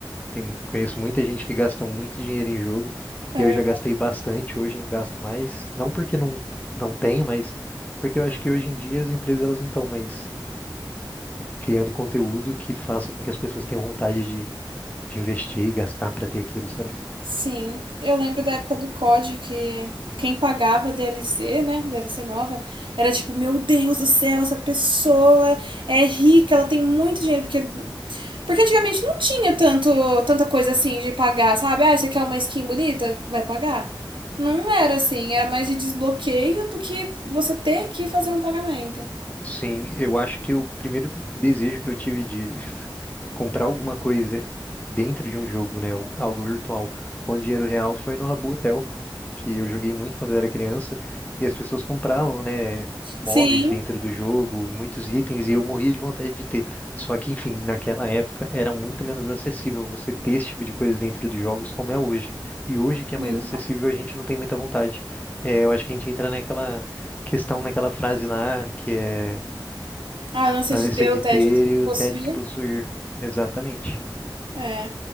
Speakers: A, on the left; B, on the right.
A: Tem, mu- conheço muita gente que gasta muito dinheiro em jogo.
B: É
A: Eu já gastei bastante, hoje não gasto mais. Não porque não, não tenho, mas porque eu acho que hoje em dia as empresas elas não estão mais criando conteúdo que faça com que as pessoas tenham vontade de de investir e gastar para ter aquilo, sabe?
B: Sim, eu lembro da época do COD que quem pagava DLC, né, DLC nova, era tipo, meu Deus do céu, essa pessoa é rica, ela tem muito dinheiro, porque porque antigamente não tinha tanto tanta coisa assim de pagar, sabe? Ah, você quer uma skin bonita? Vai pagar. Não era assim, era mais de desbloqueio do que você ter que fazer um pagamento.
A: Sim, eu acho que o primeiro desejo que eu tive de comprar alguma coisa dentro de um jogo, né, algo algo virtual, com dinheiro real foi no Rabu Hotel, que eu joguei muito quando eu era criança, e as pessoas compravam, né, móveis
B: Sim,
A: dentro do jogo, muitos itens, e eu morria de vontade de ter. Só que, enfim, naquela época era muito menos acessível você ter esse tipo de coisa dentro de jogos como é hoje. E hoje que é
B: sim.
A: mais acessível, a gente não tem muita vontade. É, eu acho que a gente entra naquela questão, naquela frase lá, que é
B: A ânsia
A: a
B: de
A: ânsia
B: ter
A: de
B: o tédio
A: ter
B: de
A: e o
B: possuir
A: tédio de possuir. Exatamente.
B: É.